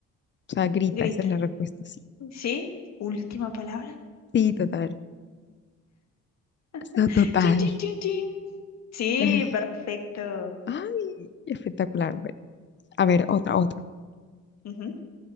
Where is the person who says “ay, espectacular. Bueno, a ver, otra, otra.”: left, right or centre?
Left